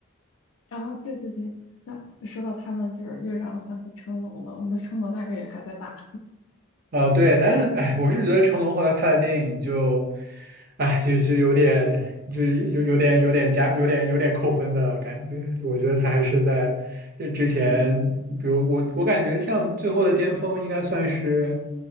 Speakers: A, on the left; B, on the right.
A: 然后对对对，那说到他们，就是又让我想起成龙了。我们的成龙大哥也还在打。
B: 呃，对，但是哎，我是觉得成龙后来拍的电影就，哎，就就有点，就有有点有点加，有点有点扣分的感觉。我觉得他还是在这之前，比如我我感觉像最后的巅峰应该算是